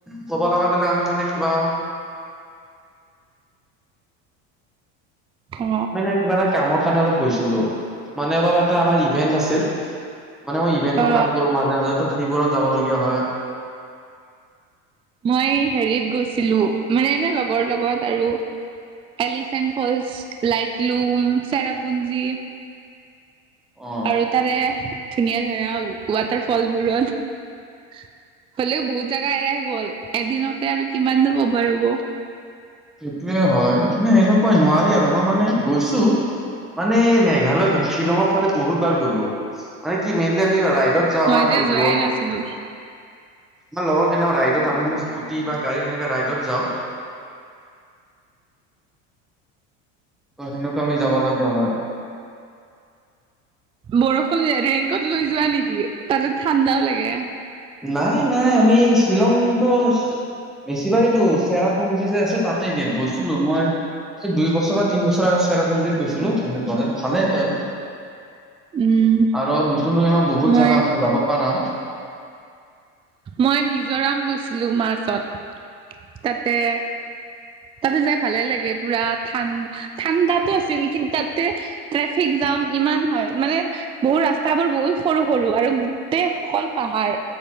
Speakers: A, in the centre; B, on the right.
A: ক'ব লগা গ'লে আমি মানে কিবা
B: অ
A: মানে কিবা এটা কামৰ কাৰণে অলপ গৈছিলো মানে অলপ এটা আমাৰ ইভেন্ট আছিল। মানে মই ইভেন্টৰ
B: অ
A: কাম কৰো মাজে মাজে তো সেইবোৰত যাবলগীয়া হয়।
B: মই হেৰিত গৈছিলো মানে এনে লগৰ লগত আৰু এলিফেণ্ট ফলচ, লাইটলুম, চেৰাপুঞ্জী
A: অ
B: আৰু তাৰে ধুনীয়া ধুনীয়া ৱাটাৰফলবোৰত। হ'লেও বহুত জাগা এৰাই গ'ল, এদিনতে আৰু কিমান যাব বাৰু? <unintelligible>
A: সেইটোয়ে হয় মানে সেনেকুৱাই নোৱাৰি আৰু মই মানে গৈছো মানে মেঘালয় <unintelligible> শ্বিলঙৰ ফালে বহুত বাৰ গ'লো মানে কি মেইনলি আমি ৰাইডত যাওঁ
B: মই
A: আমাৰ
B: যে
A: লো
B: যোৱাই
A: লোন
B: নাছিলো
A: আমাৰ লগৰ কেনেকুৱা ৰাইডত আমি মানে স্কুটি বা গাড়ী তেনেকে ৰাইডত যাওঁ। ত' সেনেকুৱা আমি যাবলগীয়া হয়।
B: বৰষুণ ৰেইনক'ট লৈ যোৱা নেকি তাতে ঠাণ্ডাও লাগে।
A: নাই নাই আমি শ্বিলংটো বেছিভাগেটো চেৰাপুঞ্জী যে আছে তাতে দে গৈছিলো মই এই দুই বছৰ বা তিন বছৰ আগত চেৰাপুঞ্জীত গৈছিলো সেনেকুৱা ভালে হয়।
B: উম
A: আৰু নতুন <unintelligible> বহুত
B: মই
A: জাগা আছে যাব পাৰা।
B: মই মিজোৰাম গৈছিলো মাৰ্চত। তাতে তাতে যাই ভালে লাগে পুৰা ঠাণ্ড ঠাণ্ডাতো আছিল, কিন্তু তাতে ট্ৰেফিক জাম ইমান হয় মানে বহু ৰাস্তাবোৰ বহুত সৰু সৰু আৰু গোটেইসকল পাহাৰ।